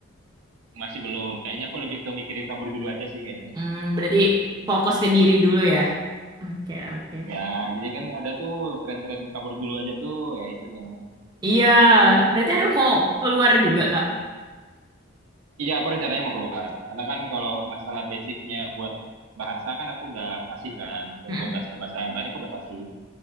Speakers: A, on the right; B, on the right.
A: masih belum kayaknya aku lebih ke mikirin kabur dulu aja sih kayaknya
B: Hmm, berarti fokus ke diri dulu ya. Oke, oke.
A: Ya, jadi kan ada tuh tren-tren kabur dulu aja tuh, ya itu loh.
B: Iya, berarti ada mau keluar juga Kak.
A: Iya, aku rencananya mau keluar. Karena kan kalau masalah basicnya buat bahasa kan aku udah fasih kan. Kalau
B: Mm-mm.
A: buat bahasa-bahasa yang lain aku udah fasih.